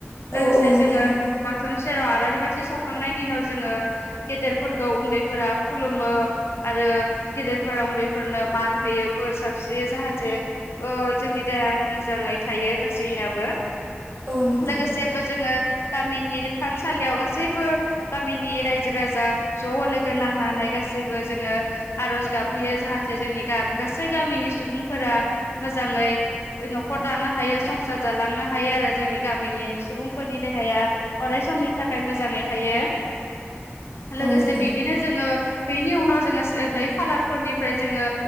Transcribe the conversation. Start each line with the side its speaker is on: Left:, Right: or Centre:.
Left: लोगोसे
Right: औ नोंथां
Left: जोङो
Right: नंगौ
Left: बाथौनि सेर जेराव आारि बाथि सावखांनायनि उनाव जोङो गेदेरफोरखौ उन्दैफोरा खुलुमो आरो‌ गेदेरफोरा उन्दैफोरनो मान होयो बोर साबस्रियो जाहाथे जोंनि द मोजाङै थायो गासैनाबो
Right: औ नोंथां
Left: लोगोसेबो जोङो गामिनि थानसालियाव गासैबो गामिनि रायजो राजा ज' लोगो नांनानै नानै गासैबो जोङो आर'ज गाबहैयो जाहाथे जोंनि गाब गासै गामिनि सुबुंफोरा मोजाङै न'खर दानो हायो संसार जालांनो हायो आरो जोंनि गामिनि सुबुंफोरनि देहाया अराय समनि थाखाय मोजाङै थायो। लोगोसे
Right: औ नोंथां
Left: बिदिनो जोङो बेनि उनाव जोङो नै खालारफोरनिफ्राय जोङो